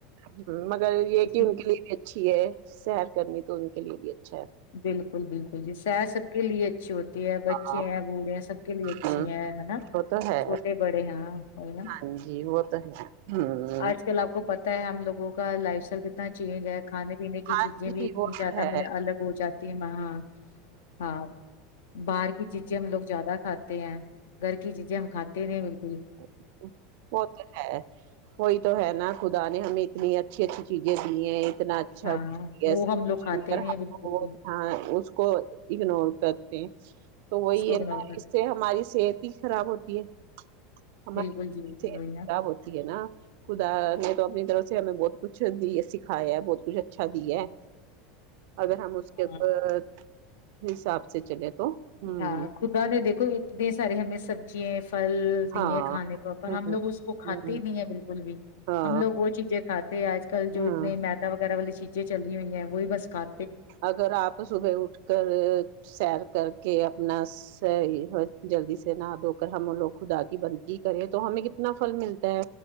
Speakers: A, on the right; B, on the left.
A: تو مگر یہ
B: اسی
A: کہ ان کے لیے بھی اچھی ہے سیر کرنی تو ان کے لیے بھی اچھا ہے
B: بالکل بالکل جی سیر سب کے لیے اچھی ہوتی ہے بچے
A: ہاں
B: ہیں بوڑھے سب کے لیے اچھی
A: ہوں،
B: ہیں ہے نا
A: وہ تو ہے
B: چھوٹے ہاں نا
A: ہاں جی وہ تو ہے ہوں
B: آج کل آپ کو پت ہم لوگوں کا لائف اسٹائل کتنا چینج ہے کھانے پینے کی
A: ہاں
B: چیزیں
A: جی
B: بھی اتنی
A: وہ تو
B: زیادہ
A: ہے
B: م الگ ہو جاتی وہاں ہاں باہر کی چیزیں ہم لوگ زیادہ کھاتے ہیں گھر کی چیزیں ہم کھاتے نہیں بال
A: <inaudible> وہ تو ہے وہی تو ہے نا خدا نے ہمیں اتنی اچھی اچھی چیزیں دی ہیں اتنا اچھا
B: ہاں
A: یس
B: وہ ہم لوگ کھاتے
A: <unintelligible>
B: نہیں بالکل بھی
A: ہاں اس کو اگنور کرتے ہیں تو وہی
B: اس کو
A: ہے
B: بناؤ
A: نا
B: کر
A: اس سے ہماری صحت ہی خراب ہوتی ہے ہمارے
B: بالکل جی بالکل
A: صحت
B: بڑھیا
A: خراب ہوتی ہے نا خدا نے تو اپنی طرف سے ہمیں بہت کچھ دی سکھایا ہے بہت کچھ اچھا دی ہے اگر ہم اس کے
B: ہاں
A: اوپر حساب سے چلے تو ہوں
B: ہاں خدا نے دیکھو اتنے سارے ہمیں سبزی پھل دی
A: ہاں
B: ہے کھانے کو پر
A: ہ
B: ہم لوگ اس کو کھاتے
A: ہ
B: ہی نہیں ہے بالکل بھی
A: ہاں
B: ہم لوگ وہ چیزیں کھاتے ہیں آج ک کل جو
A: ہاں
B: اتنے میدا وغیرہ والی چیزیں چلی ہوئی ہیں وہ بھی بس کھ
A: اگر آپ صبح اٹھ کر سیر کر کے اپنا صحیح جلدی سے نہا دھو کر ہم لوگ خدا کی بندگی کریں تو ہمیں کتنا پھل ملتا ہے